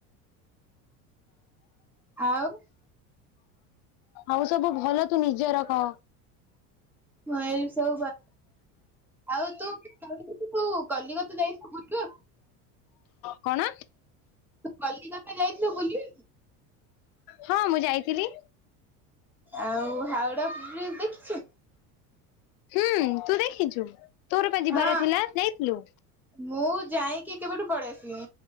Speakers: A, in the centre; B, on the left.
A: ଆଉ
B: ଆଉ ସବୁ ଭଲ ତୁ ନିଜେ ରଖ।
A: ମୁଁ ଏଇ ସବୁ ବା ଆଉ ତୁ ତୁ କଲିକତା ଯାଇଥିଲୁ ବୁଲିଲୁ?
B: କଣ?
A: ତୁ କଲିକତା ଯାଇଥିଲୁ ବୁଲି
B: ହଁ ମୁଁ ଯାଇଥିଲି।
A: ଆଉ ହାଓଡା ବ୍ରିଜ ଦେଖି
B: ହୁଁ ତୁ ଦେଖିଛୁ ତୋର ପା ଯିବାର
A: ହଁ
B: ଥିଲା ଯାଇଥିଲୁ?
A: ମୁଁ ଯାଇଁକି କେବେଠୁ ପଳେଇ ଆ